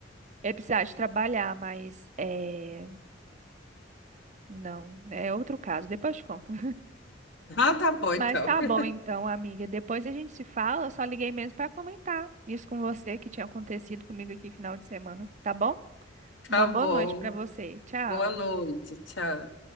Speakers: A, on the right; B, on the left.
A: É precisar de trabalhar, mas é, não, é outro caso, depois eu te conto.
B: Ah, tá bom,
A: Mas
B: então.
A: tá
B: <laughs>
A: bom então, amiga. Depois a gente se fala. Eu só liguei mesmo para comentar isso com você que tinha acontecido comigo aqui final de semana, tá bom? Uma
B: Tá
A: boa
B: bom.
A: noite para você. Tchau.
B: Boa noite. Tchau.